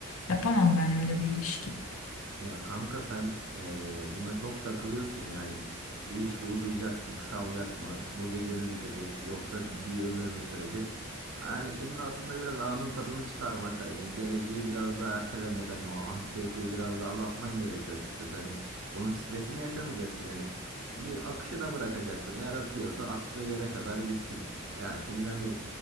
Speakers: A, on the left; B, on the right.
A: Yapamam ben öyle bir ilişki.
B: Ya kanka sen eee, buna çok takılıyorsun yani. İlişki uzayacak mı, kısalacak mı, bu gece mi bitecek yoksa bir ömür mü sürecek? Yani şimdi aslında biraz anın tadını çıkarmak hani geleceği biraz da ertelemek hani o anksiyeteyi biraz da azaltman gerekiyor açıkçası. Hani bunun stresini yaşamayacaksın yani. Bir akışına bırakacaksın. Eğer akıyorsa aktığı yere kadar gitsin. Ya şimdi hani